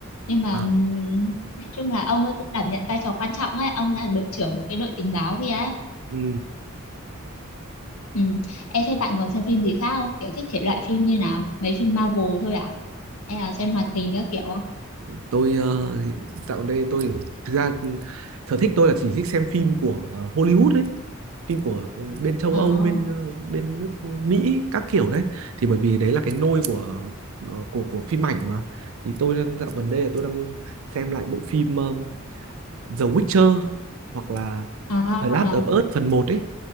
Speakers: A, on the left (about 85°); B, on the right (about 75°).
A: nhưng mà
B: À.
A: ừm, nói chung là ông ấy cũng đảm nhận vai trò quan trọng ấy ông là đội trưởng của cái đội tình báo kia ấy
B: Ừ.
A: ừ. Ê, thế bạn còn xem phim gì khác không kiểu thích thể loại phim như nào mấy phim Marvel thôi à hay là xem hoạt hình các kiểu không
B: tôi ờ, dạo gần đây tôi thực ra sở thích tôi là chỉ thích xem phim của ờ, Hollywood đấy phim của bên châu
A: à
B: Âu bên ờ, bên nước Mỹ các kiểu đấy thì bởi vì đấy là cái nôi của ờ, của của phim ảnh mà thì tôi đang dạo gần đây là tôi đang xem lại bộ phim ờ, The Witcher hoặc là
A: à
B: The Last of Us phần một ấy